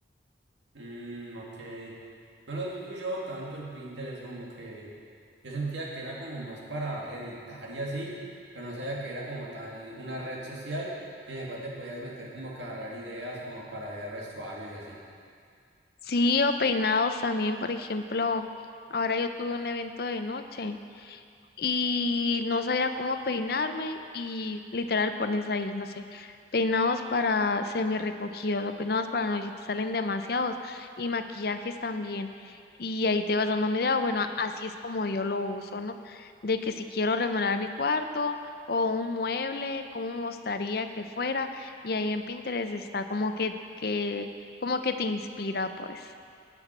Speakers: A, on the right (about 75°); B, on the left (about 55°).
A: Mm, ok. No los he escuchado tanto el Pinterest, como que yo sentía que era como más para editar y así, pero no sabía que era como tal una red social en la cual te podías meter como que a agarrar ideas como para ver vestuarios y así.
B: Sí, o peinados también, por ejemplo, ahora yo tuve un evento de noche. y no sabía cómo peinarme y literal pones ahí, no sé, peinados para semi recogidos o peinados para noche, te salen demasiados y maquillajes también. Y ahí te vas dando una idea, bueno, así es como yo lo uso, ¿no? De que si quiero remodelar mi cuarto o un mueble, cómo me gustaría que fuera, y ahí en Pinterest está como que, que, como que te inspira, pues.